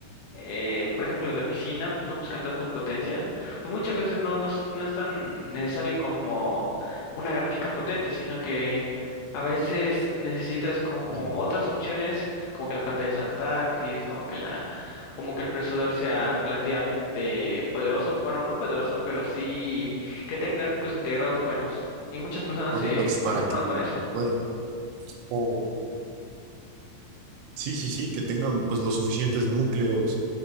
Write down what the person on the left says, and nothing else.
eh, por ejemplo, de oficina, pues no buscan tanto en potencia, pues muchas veces no, no, es- no es tan necesario como una gráfica potente, sino que a veces necesitas como
otras opciones, como que la pantalla sea táctil, como que la, como que el procesador sea relativamente poderoso, bueno, no poderoso, pero sí que tenga gráficos integrados buenos. Y muchas personas
se,
se conforman
con eso.